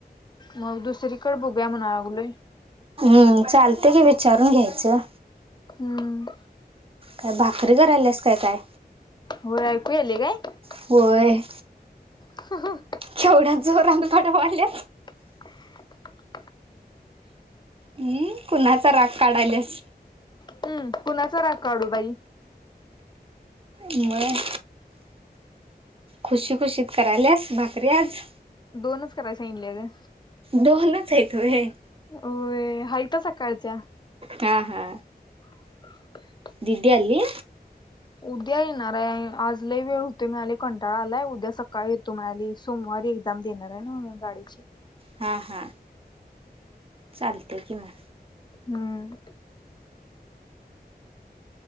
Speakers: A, on the left; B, on the right.
A: मग दुसरीकडे बघूया म्हणालोय.
B: हम्म, चालतंय की विचारून घ्यायचं.
A: हम्म.
B: काय भाकरी करायल्यास काय काय?
A: होय ऐकू यायलय काय?
B: होय.
A: <unintelligible>
B: केवढ्या जोरात बडवायल्या.
A: <inaudible>
B: अं कुणाचा राग काढाल्यास?
A: हम्म. कुणाचा राग काढू बाई?
B: मग? खुशी खुशीत करायल्यास भाकरी आज.
A: दोनच कराय सांगितल्या ग.
B: दोनच आहेत व्हयं.
A: होय हायतं सकाळच्या.
B: हा हा.
A: <inaudible>
B: दीदी आली?
A: उद्या येणार आहे‌. आज लई वेळ होतोय म्हणाली कंटाळा आलाय. उद्या सकाळी तुम्हाली सोमवारी एक्झाम देणार आहे ना गाडीची.
B: हा हा चालतय की मग.
A: हम्म.